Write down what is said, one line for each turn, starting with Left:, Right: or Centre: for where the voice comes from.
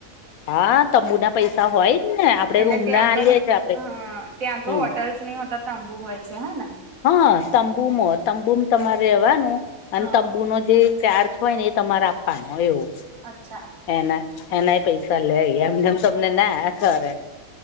Left: હા તંબુના પૈસા હોય. જ ને આપડે
Right: એટલે
Left: રૂમ
Right: ત્યાં
Left: ના આલીએ
Right: આગળ હ
Left: છે આપડે
Right: ત્યાં આગળ
Left: હમ
Right: હોટલ્સ નહિ હોતા તબુ હોય છે હે ને.
Left: હા તંબુમો તંબુ તમાર રેવાનું
Right: હા
Left: તંબુ નો જે ચાર્જ હોય ને એ તમારે આપવાનો હ એવું.
Right: અચ્છા.
Left: એના એનાય પૈસા લે એમનેમ તમને ના કરે.